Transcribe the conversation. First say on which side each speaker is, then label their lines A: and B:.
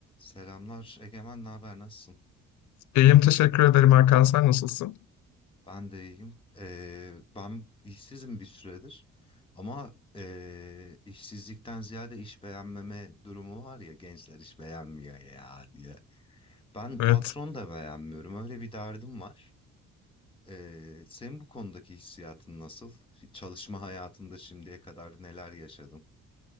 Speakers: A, on the left (about 15°); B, on the left (about 75°).
A: Selamlar Egemen, ne haber, nasılsın?
B: İyiyim teşekkür ederim Hakan sen nasılsın?
A: Ben de iyiyim. Ee, ben işsizim bir süredir ama ee, işsizlikten ziyade iş beğenmeme durumu var ya gençler iş beğenmiyor ya diye. Ben
B: Evet.
A: patron da beğenmiyorum, öyle bir derdim var. Ee, senin bu konudaki hissiyatın nasıl? Çalışma hayatında şimdiye kadar neler yaşadın?